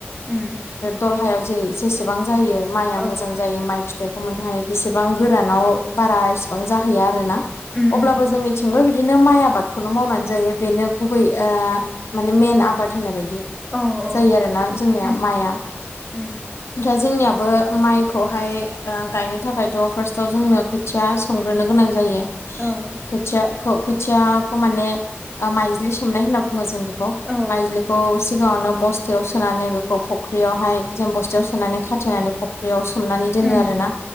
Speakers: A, in the centre; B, on the left.
A: उम
B: दलहायाव जेरै जेसेबां जायो माइआ
A: औ
B: मोजां जायो माइ फिथाइ गौमोनहाय बेसेबां गोरानाव बारा इसेबां जाहैयो आरोना
A: उम
B: अब्लाबो
A: उम
B: जोंनिथिंबो बिदिनो माइ आबादखौनो मावनानै जायो बेनो गुबै ओ माने मेन आबाद होननाय बायदि
A: औ औ
B: जायो आरोना जोंनिया
A: उम
B: माइआ
A: उम
B: दा जोंनियाबो माइखौहाय ओ गायनो थाखायथ' फार्स्टआव जोंनो खोथिया संग्रोनो गोनां जायो
A: औ
B: खोथियाखौ खोथियाखौ माने माइज्लि सोमनाय होनना बुङो जों बेखौ
A: औ
B: माइज्लिखौ सिगांङावनो बस्थायाव सोनानै बेखौ फख्रियावहाय जों बस खाथियाव सोनानै खानानै फुख्रियाव सोमनानै दोनो
A: उम
B: आरो ना